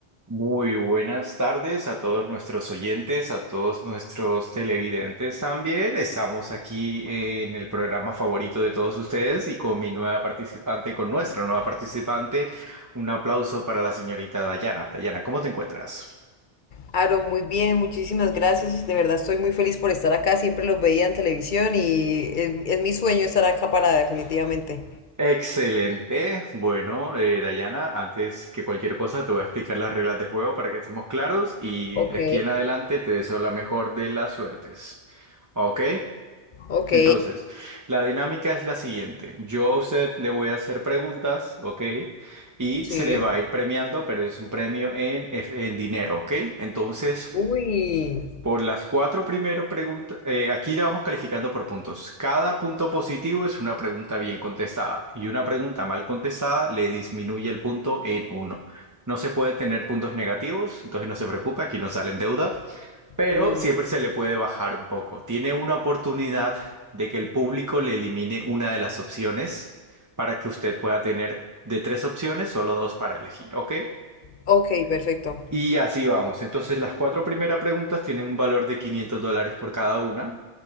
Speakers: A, on the right (about 20°); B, on the left (about 50°).
A: Muy buenas tardes a todos nuestros oyentes, a todos nuestros televidentes también. Estamos aquí en el programa favorito de todos ustedes y con mi nueva participante, con nuestra nueva participante, un aplauso para la señorita Dayana. Dayana, ¿cómo te encuentras?
B: Aaron, muy bien, muchísimas gracias. De verdad estoy muy feliz por estar acá. Siempre los veía en televisión y es, es mi sueño estar acá para definitivamente.
A: Excelente. Bueno, eh, Dayana, antes que cualquier cosa te voy a explicar las reglas del juego para que estemos claros y
B: Ok,
A: de aquí en adelante te deseo la mejor de las suertes. ¿Ok?
B: ok,
A: Entonces, la dinámica es la siguiente. Yo a usted le voy a hacer preguntas, ¿ok? Y
B: sí.
A: se le va a ir premiando, pero es un premio en, F- en dinero, ¿ok? Entonces,
B: Uy,
A: por las cuatro primero preguntas, eh, aquí la vamos calificando por puntos. Cada punto positivo es una pregunta bien contestada y una pregunta mal contestada le disminuye el punto en uno. No se puede tener puntos negativos, entonces no se preocupe, aquí no sale en deuda pero
B: uy.
A: siempre se le puede bajar un poco. Tiene una oportunidad de que el público le elimine una de las opciones para que usted pueda tener de tres opciones, solo dos para elegir, ¿ok?
B: Ok, perfecto.
A: Y así vamos. Entonces las cuatro primeras preguntas tienen un valor de 500 dólares por cada una.